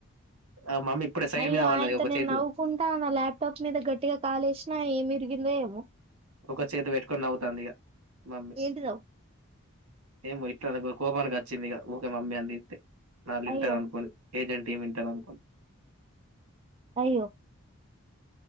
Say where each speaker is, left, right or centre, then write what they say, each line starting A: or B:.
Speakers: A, on the right; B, on the right.
A: ఆ మమ్మీ ఇప్పుడే సైడ్
B: అయ్యో
A: మీద పన్నది
B: ఆయంత
A: ఒక
B: నేను
A: చేతి
B: నవ్వుకుంటా ఉన్నా ల్యాప్టాప్ మీద గట్టిగా కాలేసినా ఏమి ఇరిగిందో ఏమో
A: ఒక చేతి పెట్టుకొని నవ్వుతాంది ఇగ మమ్మీ
B: ఏంటిదో
A: ఏంబో ఇట్లానే గొ కోపానికి వచ్చిందిగ ఊకో మమ్మీ నాలింటావు
B: అయ్యో
A: అనుకొని <unintelligible> వింటారనుకున్
B: అయ్యో